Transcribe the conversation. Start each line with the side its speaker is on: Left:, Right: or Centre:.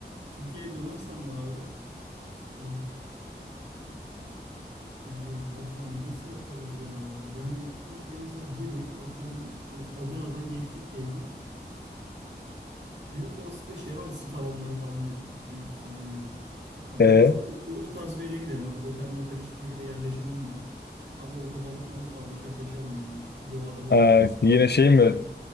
Right: Türkiye'ye dönersem de abi Aa, Abi vallahi nasıl yaparız ya? Yani Türkiye'ye mesela girdik atıyorum e, Adana'dan geçtik diyelim. Büyük olasılıkla şey var ya, sit alanları falan böyle kuş cenneti falan gibi. Ya
Left: E,
Right: büyük olsa o, o tarz bir yere giderim. Hani otel motel hiçbir şekilde yerleşim olmayan. Abi orada balık malık avlayarak yaşarım yani. Doğada bir
Left: e,
Right: hayat.
Left: yine şey mi?